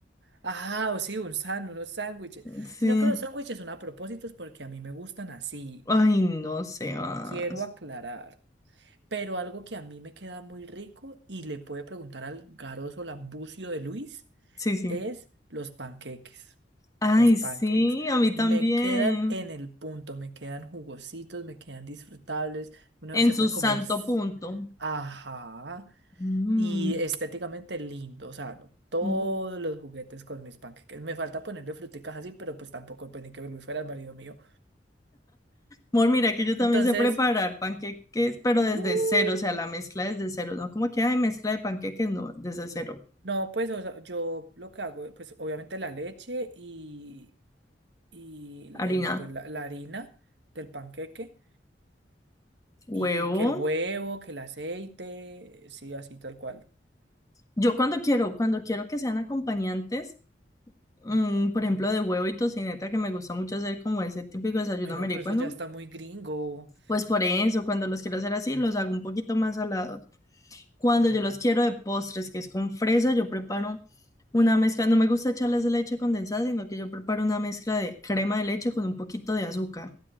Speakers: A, on the right (about 70°); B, on the left (about 20°).
A: Ah, o sí, un san- unos sándwiches.
B: Sí.
A: Sino que los sándwiches son a propósitos porque a mí me gustan así.
B: Ay, no sé más.
A: Quiero aclarar. Pero algo que a mí me queda muy rico y le puede preguntar al garoso lambucio de Luis
B: Sí, sí.
A: es los panqueques.
B: Ay,
A: Los pancakes.
B: sí, a mí
A: Me
B: también.
A: quedan en el punto, me quedan jugositos, me quedan disfrutables. Uno
B: En
A: se
B: su
A: puede
B: santo
A: comer. s-
B: punto.
A: Ajá.
B: Mm.
A: Y estéticamente lindo, o sea, no, todos
B: mm.
A: los juguetes con mis panqueques. Me falta ponerle fruticas así, pero pues tampoco pensé que Luis fuera el marido mío.
B: Mor, mira que yo también
A: Entonces,
B: sé preparar panqueques, pero desde
A: uy,
B: cero, o sea, la mezcla desde cero, no como que hay mezcla de panqueques, no, desde cero.
A: no, pues o sea, yo lo que hago, pues obviamente la leche y, y
B: Harina,
A: el, pues, la, la harina del panqueque
B: huevo.
A: y que el huevo, que el aceite, sí, así tal cual.
B: Yo cuando quiero, cuando quiero que sean acompañantes, mm, por ejemplo, de huevo y tocineta, que me gusta mucho hacer como ese típico desayuno
A: Bueno,
B: americano,
A: pero eso ya está muy gringo,
B: pues por eso, cuando los quiero hacer así, los hago un poquito más salados. Cuando
A: ya.
B: yo los quiero de postres, que es con fresa, yo preparo una mezcla, no me gusta echarles leche condensada, sino que yo preparo una mezcla de crema de leche con un poquito de azúcar.